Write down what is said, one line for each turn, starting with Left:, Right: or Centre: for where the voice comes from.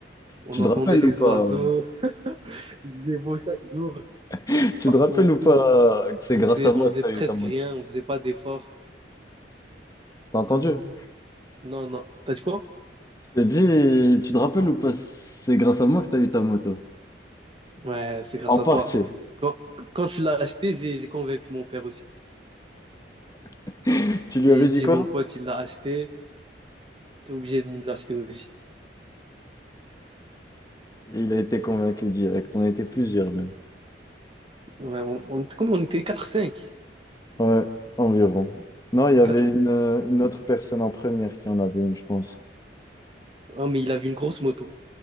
Right: On
Left: Tu
Right: entendait
Left: te rappelles
Right: les
Left: ou pas?
Right: oiseaux. <laughs> Il faisait beau chaque jour.
Left: <laughs>
Right: On partait
Left: Tu te rappelles
Right: en cours.
Left: ou pas que c'est
Right: On
Left: grâce
Right: faisait,
Left: à
Right: on
Left: moi
Right: faisait
Left: que t'as
Right: presque
Left: eu ta moto?
Right: rien. On faisait pas d'efforts.
Left: T'as entendu?
Right: Non, non. T'as dit quoi?
Left: Je t'ai dit, tu te rappelles ou pas, c'est grâce à moi que t'as eu ta moto.
Right: Ouais, c'est grâce
Left: En
Right: à
Left: partie.
Right: toi. Quand, quand tu l'as acheté, j'ai j'ai convaincu mon père aussi.
Left: <laughs> Tu
Right: Il
Left: lui avais dit
Right: dit,
Left: quoi?
Right: mon pote, il l'a acheté. T'es obligé de me l'acheter aussi.
Left: Il a été convaincu direct. On a été plusieurs même.
Right: Ouais, on, on était combien? On était quatre cinq
Left: Ouais, environ. Non, il y avait
Right: quatre
Left: une, euh, une autre personne en première qui en avait une, je pense.
Right: Ah, mais il avait une grosse moto.